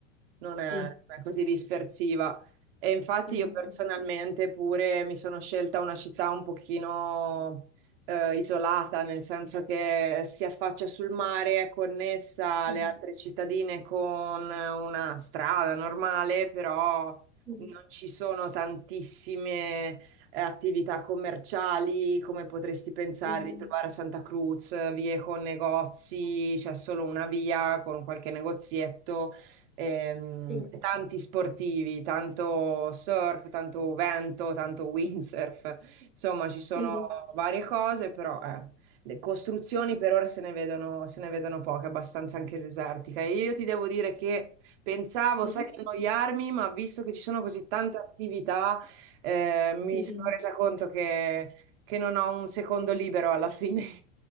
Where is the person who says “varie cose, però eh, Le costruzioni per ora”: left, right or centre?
Right